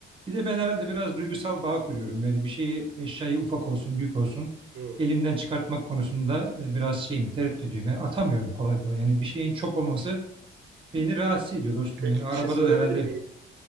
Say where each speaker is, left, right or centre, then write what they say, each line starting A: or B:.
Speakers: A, on the right; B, on the right.
A: Bir de ben herhalde biraz duygusal bağ kuruyorum. Yani bir şeyi eşyayı ufak olsun büyük olsun
B: Hmm.
A: elimden çıkartmak konusunda e, biraz şeyim tereddüdüyüm. Yani atamıyorum kolay kolay. Yani bir şeyin çok olması beni rahatsız ediyor dostum.
B: Peki
A: Yani arabada
B: bir şey sorabilir
A: da herhalde
B: miyim?